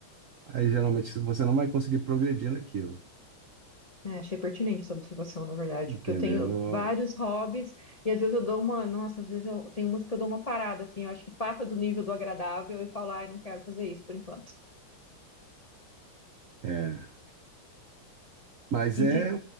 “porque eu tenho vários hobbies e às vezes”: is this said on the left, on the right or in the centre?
Left